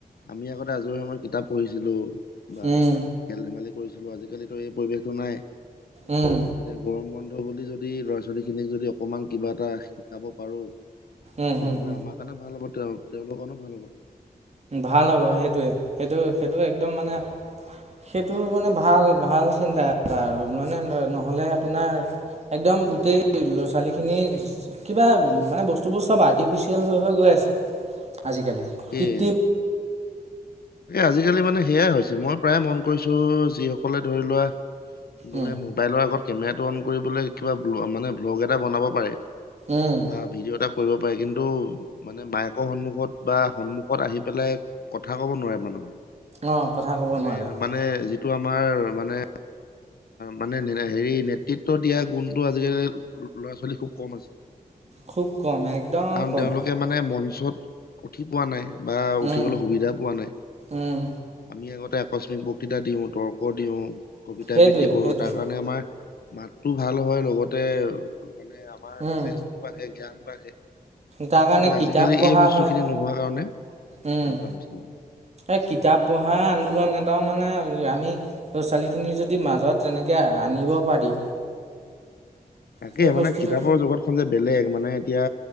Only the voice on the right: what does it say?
উম
উম
উম
উম উম।
ভাল হ'ব সেইটোৱে, সেইটো, সেইটো একদম মানে সেইটো মানে ভাল, ভাল চিন্তা এটা আৰু মানে নহ'লে আপোনাৰ একদম গোটেই ল'ৰা ছোৱালীখিনি কিবা মানে বস্তুবোৰ চব আৰ্টিফিচিয়েল হৈ, হৈ গৈ আছে। আজিকালি কি
উম
উম
অঁ কথা ক'ব
নোৱাৰে
খুব কম একদম
কম
উম
উম
সেইটোৱে
সেইটোৱে
উম
তাৰ কাৰণে
কিতাপ
পঢ়া
হয়।
উম',
এই কিতাপ পঢ়া -এটাও মানে আমি ল'ৰা ছোৱালীখিনি যদি মাজত তেনেকে আনিব পাৰি।
সেই
বস্তুটো